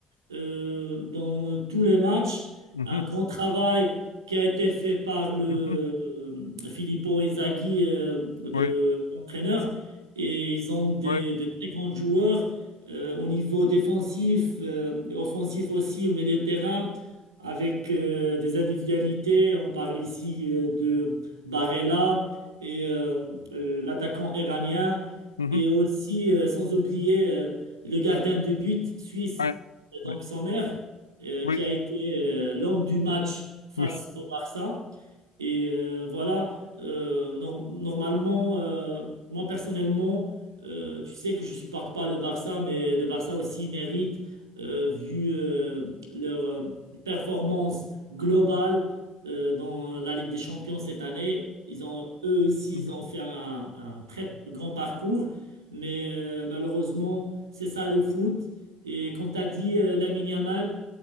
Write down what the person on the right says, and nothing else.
euh, dans tous les matchs.
Un grand travail qui a été fait par le
euh, Filippo Inzaghi, euh, le-
l'entraîneur, et ils ont des,
des très grands joueurs euh, au niveau défensif, euh, et offensif aussi, au milieu de terrain, avec euh, des individualités. On parle ici euh, de Barella et euh, euh, l'attaquant iranien,
et aussi, euh, sans oublier, euh, le gardien de but suisse
donc
Sommer, euh,
qui a été euh, l'homme du match face
au Barça. Et euh, voilà, euh, norm- normalement, euh, moi personnellement, euh, tu sais que je supporte pas le Barça, mais le Barça aussi mérite, euh, vu euh, leur euh, performance globale euh, dans la Ligue des Champions cette année. Ils ont, eux aussi,
ils ont fait un, un très grand parcours, mais euh, malheureusement, c'est ça le foot. Et comme tu as dit, euh, Lamine Yamal,